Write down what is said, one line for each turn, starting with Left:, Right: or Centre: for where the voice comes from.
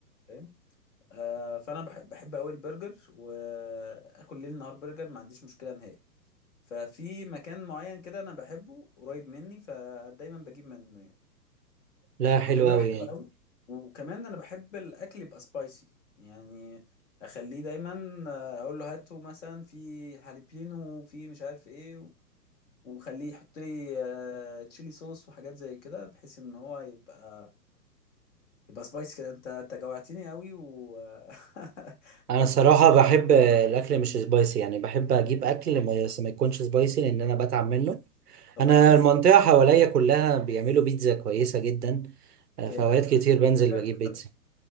Left: فاهم آه فانا بحب بحب قوي البرجر واكل ليل نهار برجر ما عنديش مشكله نهائي ففي مكان معين كده انا بحبه قريب مني فدايما بجيب منه يعني
Right: لا حلو
Left: بيعملوا
Right: قوي
Left: حلو
Right: يعني
Left: قوي وكمان انا بحب الاكل يبقى سبايسي يعني اخليه دايما آه، اقول له هاتوا مثلا في جاليبينو وفي مش عارف ايه و- وخليه يحط لي آه، تشيلي صوص وحاجات زي كده بحيث ان هو يبقى يبقى سبايسي كده انت انت جوعتني قوي و <laughs>
Right: انا
Left: طب
Right: صراحة
Left: بص
Right: بحب آه، الاكل مش سبايسي يعني بحب اجيب اكل ما, بس ما يكونش سبايسي لان انا بتعب منه
Left: طب
Right: انا
Left: انا عايز
Right: المنطقة حواليا كلها بيعملوا بيتزا كويسة جدا آه،
Left: أوكي،
Right: في اوقات
Left: لا
Right: كتير
Left: انا احب البرجر
Right: بنزل بجيب بيتزا
Left: طب